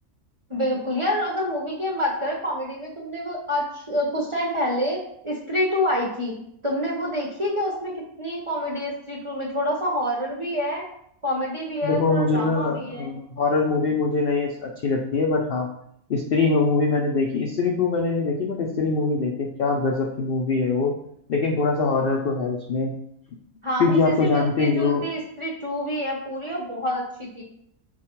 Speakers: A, on the right (about 35°); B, on the left (about 70°).
A: बिल्कुल यार अगर मूवी की हम बात करें कॉमेडी में तुमने वो आज अ, कुछ टाइम पहले स्त्री टू आई थी तुमने वो देखी है क्या उसमें कितनी कॉमेडी है स्त्री टू में थोड़ा सा हॉरर भी है कॉमेडी भी है
B: देखो
A: थोड़ा
B: मुझे
A: ड्रामा
B: ना
A: भी है
B: हॉरर मूवी मुझे नहीं अस- अच्छी लगती है बट हाँ स्त्री मूवी मैंने देखी स्त्री टू मैंने नहीं देखी बट स्त्री मूवी देखी क्या गजब की मूवी है वो लेकिन थोड़ा सा हॉरर तो है उसमें क्योंकि
A: हाँ उसी
B: आप
A: से
B: तो जानते
A: मिलती
B: ही
A: जुलती
B: हो
A: स्त्री टू भी है पूरी और बहुत अच्छी